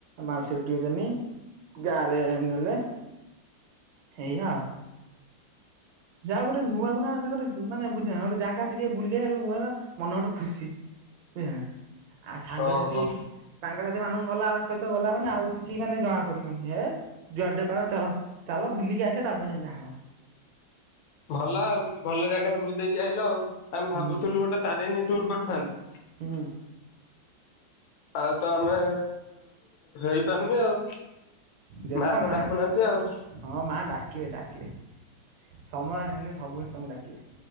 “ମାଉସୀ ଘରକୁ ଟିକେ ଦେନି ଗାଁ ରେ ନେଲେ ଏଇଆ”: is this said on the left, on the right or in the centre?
Right